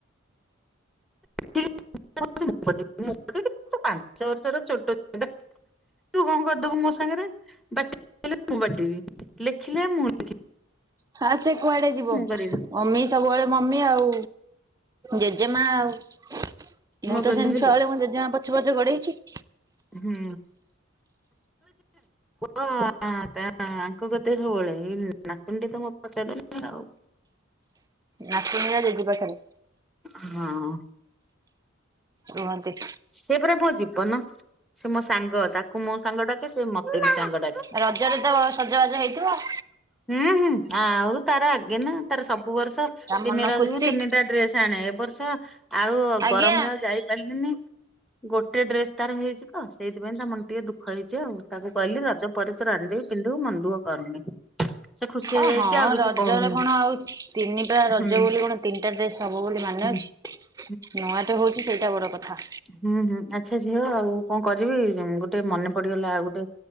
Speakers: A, in the centre; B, on the right (about 15°).
A: <inaudible> ପାଞ୍ଚ ବର୍ଷର ଛୋଟ <inaudible> ତୁ କଣ କରିଦବୁ ମୋ ସାଙ୍ଗରେ ବାଟିଲେ ମୁଁ ବାଟିବି ଲେଖିଲେ ମୁଁ ଲେଖିବି।
B: ହା ସେ କୁଆଡେ ଯିବ।
A: କରିବି
B: ମମି ସବୁବେଳେ ମମି ଆଉ। ଜେଜେମା ଆଉ। ମୁଁ
A: ମୋ ଗଲୁ
B: ତ ସେମିତି
A: ହେଲୋ
B: ଛୁଆବେେଳେ, ମୋ ଜେଜେମା ପଛେ ପଛେ ଗୋଡେଇଛି।
A: ହୁଁ। ହ ଆଙ୍କ କତ ସବୁବେଳେଇ ନାତୁଣ୍ଡି ତ ମୋ ପାଚଡ ଆଉ <unintelligible>
B: ନାତୁଣି ଏଇନା ଜେଜେ ପାଖରେ।
A: ହଁ।
B: ରୁହନ୍ତି।
A: ସେ ପରା ମୋ ଜୀବନ। ସେ ମୋ ସାଙ୍ଗ, ତାକୁ ମୁଁ ସାଙ୍ଗ ଡାକେ ସେ ମତେ ବି ସାଙ୍ଗ ଡାକେ।
B: ରଜରେ ତ ବହେ ସଜବାଜ ହେଇଥିବ।
A: ହୁଁ ହୁଁ, ଆଉ ତାର ଆଗେ ନା ତାର ସବୁ ବର୍ଷ
B: ତା ମନ
A: ତିନି ରଜକୁ
B: ଖୁସି
A: ତିନିଟା ଡ୍ରେସ ଆଣେ, ଏ ବର୍ଷ, ଆଉ
B: ଆଜ୍ଞା।
A: ଗରମରେ ଆଉ ଯାଇପାରିଲିନି। ଗୋଟେ ଡ୍ରେସ ତାର ହେଇଛି ତ, ସେଇଥିପାଇଁ ତା ମନ ଟିକେ ଦୁଃଖ ହେଇଛି ଆଉ ତାକୁ କହିଲି ରଜ ପରେ ତୋର ଆଣିଦେବି। ପିନ୍ଧିବୁ ମନ ଦୁଃଖ କରନି। ସେ ଖୁସି ହେଇଯାଇଛି
B: ଅ ହଁ,
A: ଆଉ କିଛି
B: ରଜରେ
A: କହୁନି
B: କଣ ଆଉ ତିନିଟା ରଜ
A: ହୁଁ।
B: ବୋଲି କଣ ତିନିଟା ଡ୍ରେସ ହବ ବୋଲି ମାନେଅଛି।
A: <inaudible>
B: ନୂଆଟେ ହଉଛି ସେଇଟା ବଡ କଥା।
A: ହୁଁ ହୁଁ, ଆଚ୍ଛା ଝିଅ ଆଉ କଣ କରିବି ଉଁ ଗୋଟେ ମନେ ପଡିଗଲା ଆଉ ଗୋଟେ